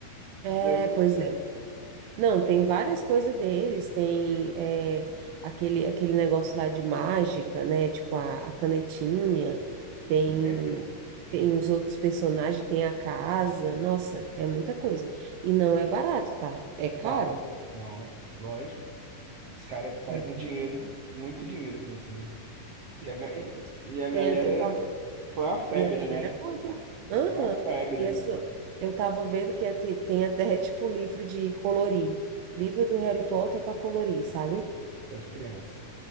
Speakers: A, on the right (about 80°); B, on the right (about 60°).
A: É,
B: Já viu?
A: pois é. Não, tem várias coisas deles, tem é, aquele, aquele negócio lá de mágica, né? Tipo a, a canetinha, tem,
B: É, pô. Sim.
A: tem os outros personagens, tem a casa, nossa, é muita coisa. E não é barato, tá? É caro.
B: Não, não, lógico. Os caras fazem
A: É
B: dinheiro, muito dinheiro com isso, né? E
A: muito,
B: a, ga-
A: meu
B: e,
A: Deus.
B: e a galera
A: Tem, a- eu tava,
B: foi uma febre,
A: e a galera
B: né?
A: compra. Aham.
B: Foi uma febre,
A: E assim,
B: pô,
A: ó, eu tava vendo que ia ter- tem até <laughs> tipo livro de colorir, livro do Harry Potter para colorir, sabe?
B: para as crianças.